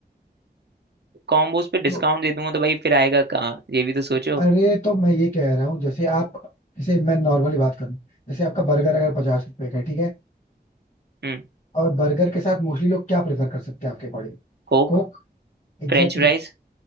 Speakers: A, on the right; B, on the left.
A: कॉम्बोज पे डिस्काउंट
B: तो
A: दे दूंगा तो भाई फिर आएगा कहाँ ये भी तो सोचो
B: अरे तो मैं ये कह रहा हूँ जैसे आप जैसे मैं नॉर्मली बात करूँ जैसे आपका बर्गर अगर पचास रुपए का है ठीक है
A: हम्म
B: और बर्गर के साथ मोस्टली लोग क्या प्रेफर कर सकते हैं आपके according
A: कोक
B: Coke Exactly
A: French fries